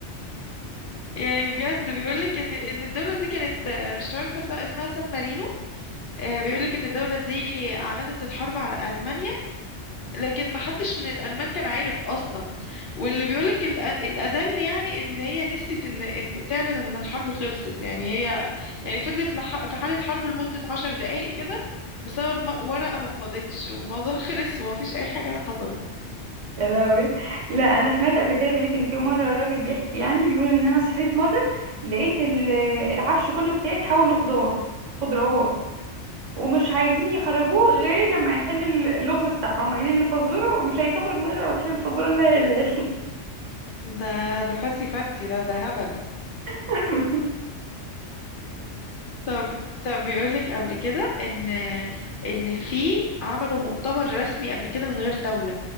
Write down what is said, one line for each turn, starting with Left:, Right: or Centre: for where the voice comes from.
Left: يعني بجد بيقولك ان ان الدوله دي كانت آه، مش عارفه اسمها سان مارينو آه، بيقولك ان الدوله دي اعلنت الحرب على المانيا لكن ما حدش من الألمان كان عارف أصلا واللي بيقولك الأ- الأدل يعني إن هي نسيت إن, إن تعلن إن الحرب خلصت يعني هي يعني فضلت لح... في حالة حرب لمدة عشر دقايق كده بسبب م- ورقة ما اتمضتش والموضوع <laughs> خلص ومفيش أي حاجة حصلت
Right: يا لهوي لا انا سمعت قبل كده بيقول لك ان في مره الراجل بيحكي يعني بيقول ان انا صحيت مره لقيت ال- العفش كله بتاعي اتحول لخضار خضروات ومش عايزين يخرجوه غير لما يحل ال- اللغز بتاعهم قايلين الفزوره ومش هتخرج من غير لما تحل الفزوره لا لا
Left: ده ده فتي فتي ده ده هبل
Right: <laughs>
Left: طب طب بيقولك قبل كده إن إن في عملوا مؤتمر رسمي قبل كده من غير دولة